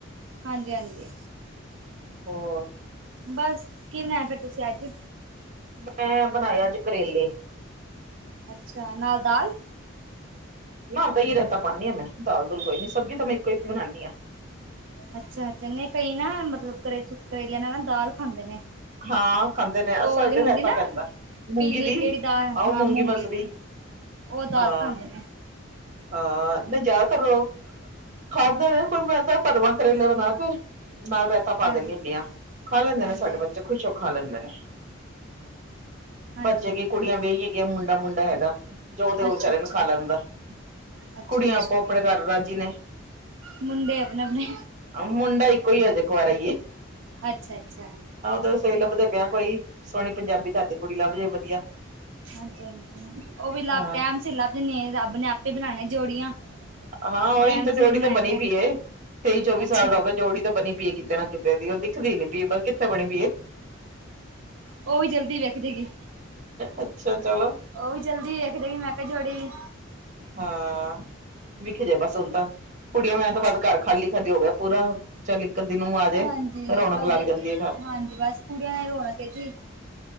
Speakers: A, on the right; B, on the right.
A: ਹਾਂਜੀ ਹਾਂਜੀ
B: ਹੋਰ?
A: ਬਸ, ਕੀ ਬਣਾਇਆ ਫਿਰ ਤੁਸੀ ਅੱਜ?
B: ਮੈ ਬਣਾਏ ਅੱਜ ਕਰੇਲੇ
A: ਅੱਛਾ, ਨਾਲ ਦਾਲ
B: ਨਾ ਦਹੀਂ ਰੈਤਾ ਪਾਂਨੀ ਆ ਮੈਂ, ਦਾਲ-ਦੂਲ ਕੋਈ ਨੀ। ਸਬਜ਼ੀ ਤਾਂ ਮੈਂ ਇੱਕੋ ਈ ਬਨਾਂਨੀ ਆ।
A: ਅੱਛਾ, ਚਨੇ ਕਈ ਨਾ ਮਤਲਬ ਕਰੇ-ਕਰੇਲਿਆਂ ਨਾਲ ਨਾ ਦਾਲ ਖਾਂਦੇ ਨੇ।
B: ਹਾਂ, ਖਾਂਦੇ ਨੇ।
A: ਉਹ
B: ਅ ਸਾਡੇ
A: ਵਾਲੀ ਹੁੰਦੀ
B: ਰੈਤਾ
A: ਨਾ
B: ਪੈਂਦਾ ਮੂੰਗੀ
A: ਪੀਲੀ
B: ਦੀ
A: ਕਿਹੜੀ ਦਾਲ
B: ਆਹੋ
A: ਹਾਂ ਮੂੰਗੀ
B: ਮਸਰੀ
A: ਦੀ, ਉਹ ਦਾਲ
B: ਹਾਂ
A: ਖਾਂਦੇ ਨੇ।
B: ਹਾਂ, ਨਹੀ ਜ਼ਿਆਦਾਤਰ ਲੋਕ ਖਾਧਾ ਵਾ। ਪਰ ਮੈ ਤਾਂ ਭਰਵਾਂ ਕਰੇਲੇ ਬਣਾ ਕੇ, ਨਾਲ ਰੈਤਾ ਤਾ ਪਾ
A: ਹਾਂਜੀ
B: ਦੇਨੀ ਹੁੰਦੀ
A: ਹਾਂਜੀ
B: ਆ। ਖਾ ਲੈਂਦੇ
A: ਹਾਂਜੀ
B: ਨੇ ਸਾਡੇ
A: ਹਾਂਜੀ
B: ਬੱਚੇ, ਖੁਸ਼ ਹੋ ਖਾ ਲੈਂਦੇ ਨੇ
A: ਹਾਂਜੀ
B: ਬੱਚੇ
A: ਹਾਂਜੀ
B: ਕੀ ਕੁੜੀਆਂ ਵੀਆਈ ਹੈਗੀਆਂ ਮੁੰਡਾ-ਮੁੰਡਾ ਹੈਗਾ ਜੋ ਦੇਓ
A: ਅੱਛਾ
B: ਵਿਚਾਰੇ ਨੂੰ
A: ਅੱਛਾ
B: ਖਾ ਲੈਂਦਾ।
A: ਅੱਛਾ
B: ਕੁੜੀਆਂ
A: ਅੱਛਾ
B: ਆਪੋ-ਆਪਣੇ ਘਰ ਰਾਜ਼ੀ ਨੇ
A: ਮੁੰਡੇ ਅਪਣੇ-ਅਪਣੇ
B: ਆ ਮੁੰਡਾ ਇੱਕੋ ਈ ਏ, ਹਜੇ ਕਵਾਰਾ ਈ ਏ।
A: ਅੱਛਾ-ਅੱਛਾ।
B: ਬਸ ਉਈ ਲੱਭਦੇ ਪੈ ਆਹ, ਕੋਈ ਸੋਹਣੀ ਪੰਜਾਬੀ ਘਰ ਦੀ ਕੁੜੀ ਲੱਭਜੇ ਵਧੀਆ
A: ਹਾਂਜੀ-ਹਾਂਜੀ, ਉਹ ਵੀ ਲੱਭ
B: ਹਾਂ।
A: ਟੈਮ ਸੀ ਲੱਭ ਜਾਂਨੀ ਏ, ਰੱਬ ਨੇ ਆਪੇ ਬਨਾਨਾ ਜੋੜੀਆਂ।
B: ਹਾਂ ਓਹੀ
A: ਟਾਈਮ
B: ਤੇ ਜੋੜੀ
A: ਸੇ ਬਣਾਏਂਗੇ
B: ਤਾਂ ਬਣੀ ਪਈ ਏ। ਤੇਈ-ਚੌਵੀ
A: ਅੱਛਾ
B: ਸਾਲ ਦਾ ਹੋ ਗਿਆ, ਜੋੜੀ ਤਾਂ ਬਣੀ ਪੀ ਏ ਕਿਤੇ ਨਾ ਕਿਤੇ ਉਹਦੀ। ਉਹ ਦਿਖਦੀ ਨੀ ਪੀ ਬੀ ਕਿੱਥੇ ਬਣੀ ਦੀ ਏ।
A: ਉਹ ਵੀ ਜਲਦੀ ਵਿਕਦੇ ਈ ਏ।
B: ਅੱਛਾ ਚਲੋ।
A: ਓ ਵੀ ਚਲਦੀ ਦੇੇਖ ਦੇਗੀ ਮੈ ਕਿਹਾ ਜੋੜੀ ਵੀ
B: ਹਾਂ, ਵੇਖੀ ਜਾਉ ਬਸ ਹੁਣ ਤਾਂ, ਕੁੜੀਆਂ ਵਿਆਣ ਤੋ
A: ਹਾਂ
B: ਬਾਅਦ ਘਰ ਖਾਲੀ-ਖਾਲੀ ਹੋ ਗਿਆ ਪੂਰਾ ਚੱਲ ਇੱਕ-ਅਦੀ ਨੂੰਹ ਆਜੇ,
A: ਹਾਂਜੀ
B: ਰੌਣਕ
A: ਬਸ
B: ਲੱਗ
A: ਦੇਖ
B: ਜਾਂਦੀ ਏ ਘਰ।
A: ਹਾਂਜੀ, ਬਸ ਕੁੜੀਆਂ ਨਾ ਈ ਰੋਣਕ ਜੀ।